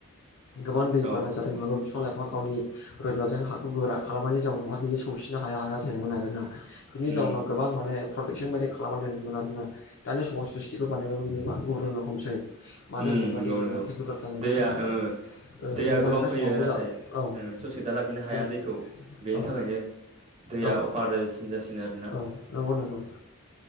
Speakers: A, on the left; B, on the right.
A: गोबां दैबानाजों
B: औ
A: होमब्लाबो बिफां लाइफांआ गावनि रोदाजों हाखौ गोरा खालामनानै जउनावहा बियो सौसिनो हाया हाया जायोमोन आरोना बिनि
B: उम
A: जाउनाव गोबां माने प्रटेकसन बायदि खालामनानै दोनोम मोन आरोना दानि समाव सुइसखिबो बानायबाबो बियो मा गुब्रुननो हमसै मानो
B: उम
A: होनोब्ला
B: नंगौ
A: दै लोंनायथाया
B: नंगौ
A: गोब्राब जानायनि
B: दैया
A: थाखाय
B: ओ
A: ओ
B: दैया
A: होमबा
B: गोबां
A: नोंथां
B: फैयो
A: समाबो
B: नाथाय
A: जा औ
B: ससकेदा लाखिनो हाया
A: हम
B: दैखौ बेनि
A: औ
B: थाखायनो दैया
A: औ
B: अफार जासिनो आरो
A: औ नंगौ नंगौ